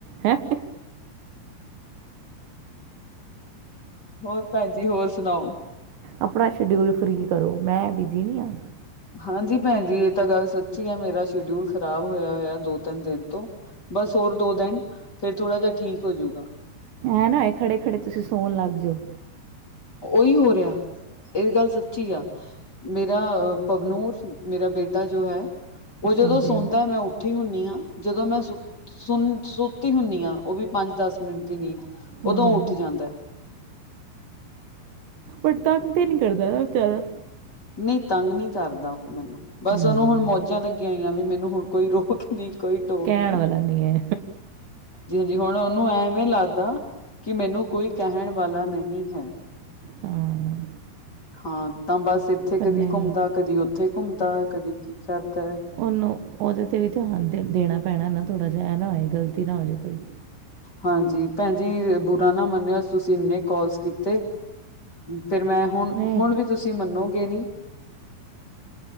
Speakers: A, on the right (about 75°); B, on the left (about 25°).
A: ਹੈਂ
B: ਹੋਰ ਭੈਣਜੀ ਹੋਰ ਸੁਣਾਓ?
A: ਅਪਨਾ ਸ਼ਡਿਊਲ ਫਰੀ ਕਰੋ ਮੈਂ ਬਿਜ਼ੀ ਨਈ ਆ।
B: ਹਾਂਜੀ ਭੈਣ ਜੀ ਇਹ ਤਾਂ ਗੱਲ ਸੱਚੀ ਆ ਮੇਰਾ ਸ਼ਡਿਊਲ ਖਰਾਬ ਹੋਇਆ ਹੋਇਆ ਦੋ ਤਿੰਨ ਦਿਨ ਤੋਂ, ਬਸ ਹੋਰ ਦੋ ਦਿਨ ਫੇਰ ਥੋੜਾ ਜਿਹਾ ਠੀਕ ਹੋਜੂਗਾ।
A: ਏਂ ਨਾ ਹੋਏ ਖੜੇ, ਖੜੇ ਤੁਸੀਂ ਸੋਣ ਲੱਗ ਜੋ।
B: ਉਹੀ ਹੋ ਰਿਹਾ। ਏ ਗੱਲ ਸੱਚੀ ਆ। ਮੇਰਾ ਪ੍ਰਬਨੁਸ਼! ਮੇਰਾ ਬੇਟਾ ਜੋ ਹੈ। ਓ ਜਦੋਂ
A: ਹਾਂਜੀ
B: ਸੌਦਾ ਆ ਮੈਂ ਸੁੱਤੀ ਹੁੰਨੀ ਆਂ। ਜਦੋਂ ਮੈਂ ਸੁਨ ਸੁੱਤੀ ਹੁੰਦੀ ਆ। ਓ ਵੀ ਪੰਜ-ਦਸ ਮਿੰਟ ਦੀ ਨੀਂਦ।
A: ਹੂੰ
B: ਉਦੋਂ ਉੱਠ ਜਾਂਦਾ।
A: ਪਰ ਤੰਗ ਤੇ ਨੀ ਕਰਦਾ ਨਾ ਜ਼ਿਆਦਾ?
B: ਨਈ ਤੰਗ ਨੀ ਕਰਦਾ ਓ ਮੈਨੂੰ। ਬਸ
A: ਹੂੰ
B: ਉਨੂੰ ਹੁਣ ਮੌਜਾਂ ਲੱਗੀਆਂ ਹੋਈਆਂ ਵੀ। ਮੈਨੂੰ ਹੁਣ ਕੋਈ ਰੋਕ ਨੀ ਕੋਈ ਟੋਕ
A: ਕਹਿਣ ਵਾਲਾ ਨੀ ਆ।
B: ਜੀ ਹੁਣ ਉਹਨੂੰ ਐਵੇਂ ਲੱਗਦਾ। ਕਿ ਮੈਨੂੰ ਕੋਈ ਕਹਿਣ ਵਾਲਾ ਨਹੀਂ ਹੈ।
A: ਹਾਂ
B: ਹਾਂ। ਤਾਂ ਬਸ ਇੱਥੇ
A: ਪਰ
B: ਕਦੀ
A: ਨਹੀਂ
B: ਘੁੰਮਦਾ। ਕਦੀ ਉੱਥੇ ਘੁੰਮਦਾ। ਕਦੀ ਕੀ ਕਰਦਾ ਆ।
A: ਉਨੂੰ, ਉਹਦੇ ਤੇ ਵੀ ਧਿਆਨ ਤੇ ਦੇਣਾ ਪੈਣਾ ਨਾ ਥੋੜ੍ਹਾ ਜਿਹਾ। ਏ ਨਾ ਹੋਏ ਗ਼ਲਤੀ ਨਾ ਹੋ ਜੇ ਕੋਈ।
B: ਹਾਂਜੀ। ਭੈਣ ਜੀ ਬੁਰਾ ਨਾ ਮੰਨਿਓ। ਅੱਜ ਤੁਸੀਂ ਇੰਨੇ ਕੋਲਸ ਕੀਤੇ। ਫਿਰ ਮੈਂ, ਹੁਣ-ਹੁਣ
A: ਨਹੀਂ
B: ਵੀ ਤੁਸੀਂ ਮੰਨੋਗੇ ਨੀ।